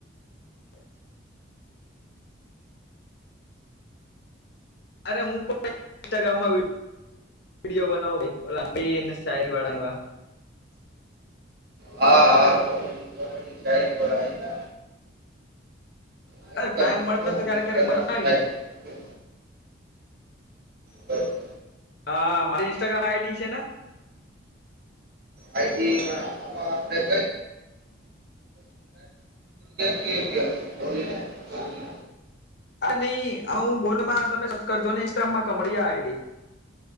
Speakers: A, on the left; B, on the right.
A: <inaudible> અરે હું પણ ટ ગામમાં વિડીયો બનાવો સ્ટાાઈલ વાળા એ
B: હા હા ગાયર કરય ઇન્સ્ટાગ્રામ
A: અરે ટાઈમ મળે તો ક્યારેક ક્યારેક બનાવીએ
B: સાઇટનો ઉપયોગ કરવો
A: હા મા ઇન્સ્ટાગ્રામ આઈડી છે ને
B: આઈટી આમાં આપડે કઈ <inaudible> બોલવી
A: હા નઈ હ હું બોલ તમે કરજો ને ઇન્સ્ટામમાં કમડીી આ આઈડી